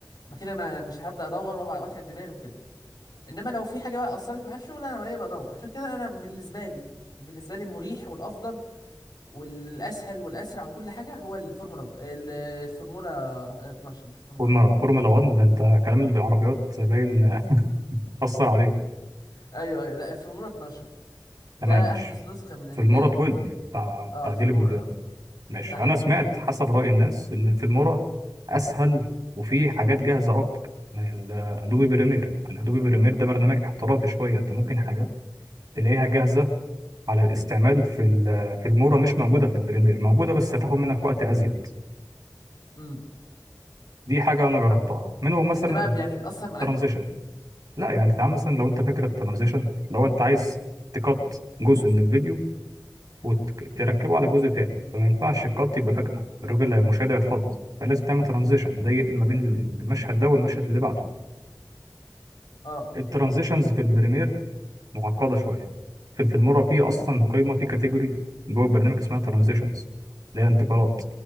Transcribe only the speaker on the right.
فورمولا فورمولا
1
ده انت كلام العربيات باين اثر عليه
تمام
ماشي
في
المورا 12 بتاع
تعديل
الفيديوهات
ماشي
انا سمعت
حسب راي الناس ان في المورا اسهل وفي حاجات جاهزه اكتر من الادوبي بريمير يعني ادوبي بريمير ده برنامج احترافي شويه انت ممكن حاجات تلاقيها جاهزه على الاستعمال في ال- في المورا مش موجوده في البريمير موجوده بس هتاخد منك وقت ازيد
دي حاجه انا جربتها
منهم مثلا
الترانزيشن لا يعني تعال مثلا لو انت فاكر الترانزيشن لو انت عايز تقط جزء من الفيديو وتركبه على جزء تاني فما ينفعش القط يبقى فجأة الراجل اللي هيمشاهد هيتخض فلازم تعمل ترانزيشن ده ينقل ما بين المشهد ده والمشهد اللي بعده
الترانزيشنز في البريمير معقدة شوية في الفيلمورا في أصلا قائمة في كاتيجوري جوه البرنامج اسمها ترانزيشنز اللي هي انتقالات